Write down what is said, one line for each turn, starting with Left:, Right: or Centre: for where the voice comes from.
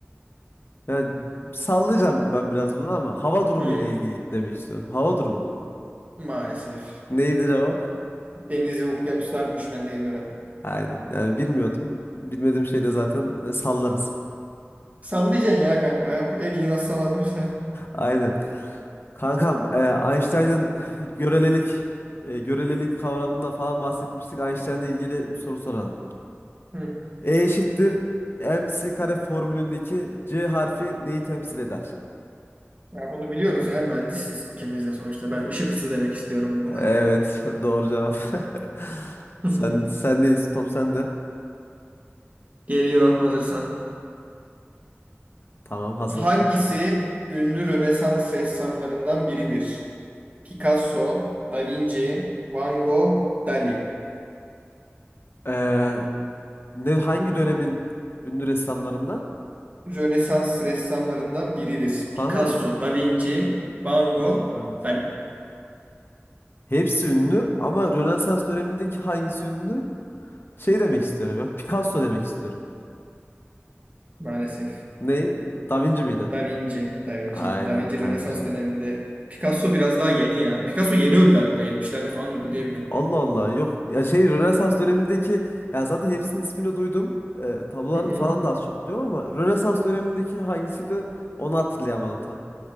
Left: Ya sallayacağım ben biraz bunu ama hava durumu
Right: Hmm,
Left: ile ilgili demek istiyorum. Hava durumu mu?
Right: maalesef.
Left: Neydi cevap?
Right: Deniz ve okyanuslarmış ben de yeni öğrendim.
Left: Aynen. Yani bilmiyordum. Bilmediğim şeyde zaten e, sallarız.
Right: Sallayacaksın ya kanka. En iyi nasıl sallanıyorsa.
Left: Aynen. Kankam, e, Einstein'ın <sighs> görelilik e, görelilik kavramından falan bahsetmiştik. Einstein'la ilgili bir soru soralım.
Right: <laughs>
Left: E eşittir M c kare formülündeki c harfi neyi temsil eder?
Right: Ya bunu biliyoruz ya mühendisiz ikimiz de sonuçta.
Left: E,
Right: Ben ışık hızı demek istiyorum buna.
Left: Evet, doğru cevap. <laughs>
Right: <laughs>
Left: Sen sendeyiz, top sende.
Right: Geliyor hazırsan.
Left: Tamam, hazırım.
Right: Hangisi ünlü Rönesans ressamlarından biridir? Picasso, Da Vinci, Van Gogh, Dali.
Left: Ee, ne hangi dönemin ünlü ressamlarından?
Right: Rönesans ressamlarından biridir.
Left: Kanka
Right: Picasso, Da Vinci, Van
Left: nasıl
Right: Gogh,
Left: Rönesans?
Right: Dali.
Left: Hepsi ünlü ama Rönesans dönemindeki hangisi ünlü? Şey demek istiyorum ya. Picasso demek istiyorum.
Right: Maalesef.
Left: Ne? Da Vinci miydi?
Right: Da Vinci. Da Vinci'ydi.
Left: Aynen
Right: Da Vinci
Left: Da
Right: Rönesans
Left: Vinci.
Right: döneminde. Picasso biraz daha yeni ya. Picasso yeni öldü hatta. yetmişlerde falan öldü diye biliyorum.
Left: Allah Allah yok ya şey Rönesans dönemindeki ya zaten hepsinin ismini duydum. Ee, tablolarını
Right: Hı hı.
Left: falan da az çok biliyorum ama Rönesans dönemindeki hangisiydi onu hatırlayamadım tam.